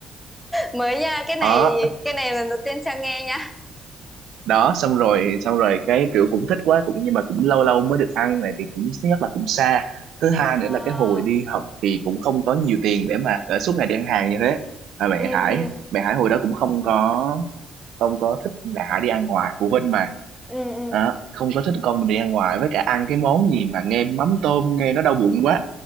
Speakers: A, in the centre; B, on the right (about 75°).
A: Mới nha, cái này
B: đó
A: cái này lần đầu tiên Trang nghe nha.
B: đó xong rồi xong rồi cái kiểu cũng thích quá cũng nhưng mà cũng lâu lâu mới được ăn này thì cũng thứ nhất là cũng xa thứ hai
A: Ờ,
B: nữa là cái hồi đi học thì cũng không có nhiều tiền để mà để suốt ngày đi ăn hàng như thế à, mẹ
A: ừ
B: Hải
A: ừ
B: mẹ Hải hồi đó cũng không có không có thích mẹ Hải đi ăn ngoài phụ huynh mà
A: ừ
B: Đó, không có thích con mình đi ăn ngoài với cả ăn cái món gì mà nghe mắm tôm nghe nó đau bụng quá